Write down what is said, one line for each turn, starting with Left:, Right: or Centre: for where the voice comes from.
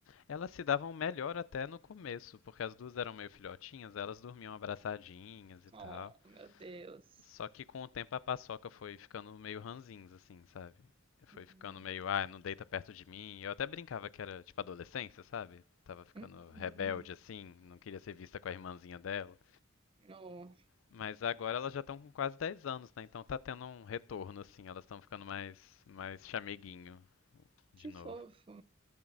Left: Elas se davam melhor até no começo, porque as duas eram meio filhotinhas, elas dormiam abraçadinhas e tal.
Right: Oh, meu Deus.
Left: Só que com o tempo a paçoca foi ficando meio ranzinza, assim, sabe? Foi
Right: Hum.
Left: ficando meio, ah, não deita perto de mim. Eu até brincava que era tipo adolescência, sabe? Tava ficando
Right: Uhum.
Left: rebelde, assim, não queria ser vista com a irmãzinha dela.
Right: Oh,
Left: Mas agora elas já estão com quase 10 anos, né? Então tá tendo um retorno, assim, elas estão ficando mais, mais chameguinho de
Right: que
Left: novo.
Right: fofo.